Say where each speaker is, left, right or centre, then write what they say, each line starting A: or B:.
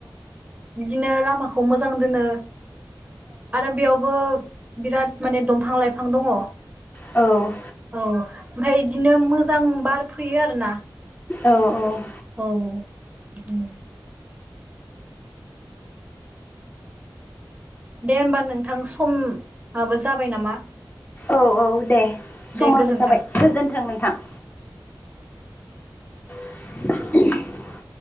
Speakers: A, on the right; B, on the left.
A: बिदिनो लामाखौ मोजां दोनो। आरो बेयावबो बिराद माने दंफां लाइफां दङ।
B: औ।
A: औ ओमफाय इदिनो मोजां बार फैयो आरो ना।
B: औ औ।
A: औ बिदिनो दे होमबा नोंथां समाबो जाबाय नामा
B: औ औ दे
A: दे
B: समाबो
A: गोजोन्थों
B: जाबाय गोजोन्थों नोंथां <inaudible>